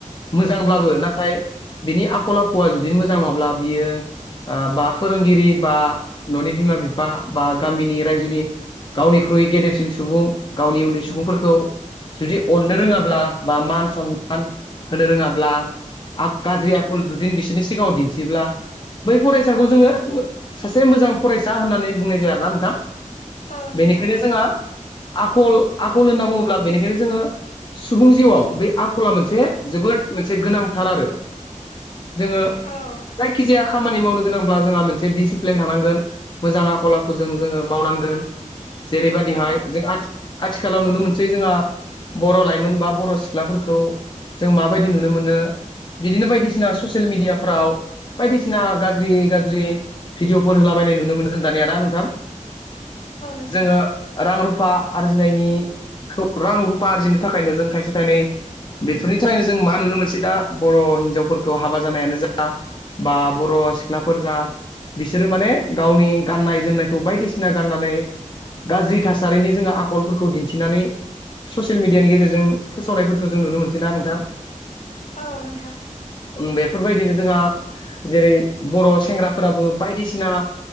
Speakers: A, on the left; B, on the left.
A: मोजांब्लाबो नाथाय बिनि आखल आखुआ जुदि मोजां नङाब्ला बियो ओ बा फोरोंगिरि बा न'नि बिमा बिफा बा गामिनि रायजोनि गावनिख्रुइ गेदेरसिन सुबुं गावनि उन्दै सुबुंफोरखौ जुदि अननो रोङाब्ला बा मान सनमान होनो रोङाब्ला गाज्रि आखल जुदि बिसोरनि सिगाङाव दिन्थिब्ला बै फरायसाखौ
B: औ
A: जोङो सासे मोजां फरायसा होननानै बुंनाय जायाना नोंथां?
B: औ
A: बेनिखायनो
B: नोंथां
A: जोंहा आखल आखल होनना बुङोब्ला बेनिखायनो जोङो सुबुं जिउआव बै आखला मोनसे
B: औ
A: बे जोबोद मोनसे गोनांथार आरो जोङो
B: औ औ
A: जायखिजाया खामानि मावनो गोनांब्ला जोंहा मोनसे डिसिप्लिन थानांगोन मोजा आ खल आखुजों जोङो मावनांगोन जेरै बादिहाय
B: औ
A: जों आ आथिखालाव नुनो मोनसै जोङा बर' लाइमोन बा बर' सिख्लाफोरखौ जों माबायदि नुनो मोनो बिदिनो बायदिसिना ससियेल मिडियाफ्राव बायदिसिना गाज्रि गाज्रि भिडिअफोर होलाबायनाय नुनो मोनो जों दानिया‌ ना नोंथां?
B: नोंथां
A: जोङो रां रुफा आरजिनायनिखौ रां रुफा आरजिनो थाखायनो जों थाइसे थाइनै बेफोरनि थाखायनो जों मा नुनो मोनसै दा बर' हिनजावफोरखौ हाबा जानायानो जा बा बर' सिख्लाफोर जा बिसोरो माने गावनि गाननाय जोमनायखौ बायदिसिना गाननानै गाज्रि थासारिनि जोङो आखलफोरखौ दिन्थिनानै ससियेल मिडियानि गेजेरजों फोसावनायफोरखो जों नुनो मोनसै ना नोंथां।
B: औ नोंथां।
A: उम बेफोरबायदिनो जोंहा जेरै बर' सेंग्राफोराबो बायदिसिना